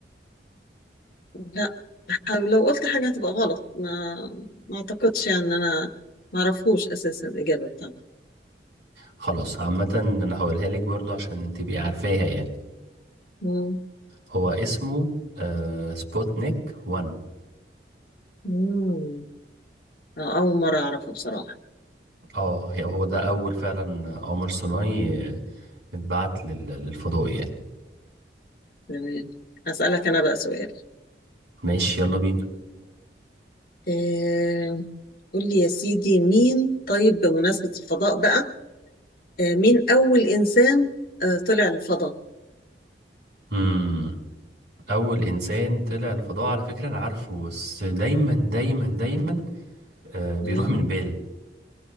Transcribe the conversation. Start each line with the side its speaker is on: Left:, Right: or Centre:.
Left: لا ح- لو قلت حاجة هتبقى غلط ما ما اعتقدش يعني ان انا ما اعرفوش اساسا الاجابة بتاعته
Right: خلاص عامة أنا هقولها لك برضو عشان تبقي عارفاها يعني
Left: مم.
Right: هو اسمه آه سبوتنيك 1
Left: مم. آه، اول مرة اعرفه بصراحة
Right: اه هي- هو ده أول فعلا آه، قمر صناعي آه، اتبعت لل- للفضاء يعني
Left: تمام هسألك انا بقى سؤال
Right: ماشي يلا بينا
Left: آه، قول لي يا سيدي مين طيب بمناسبة الفضاء بقى آه، مين اول انسان آه، طلع الفضاء
Right: مم. أول إنسان طلع الفضاء على فكرة أنا عارفه بس دايما دايما دايما آه بيروح
Left: مم.
Right: من بالي